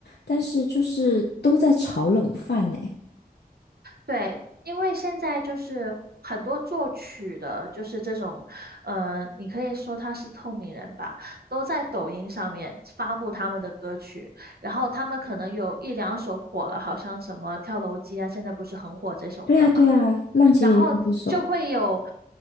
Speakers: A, on the left; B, on the right.
A: 但是就是都在炒冷饭呢。
B: 对，因为现在就是很多作曲的，就是这种，呃，你可以说他是透明人吧，都在抖音上面发布他们的歌曲，然后他们可能有一两首火了，好像什么《跳楼机》啊，现在不是很火这首歌嘛，
A: 对啊，对啊，浪姐也用这首。
B: 然后就会有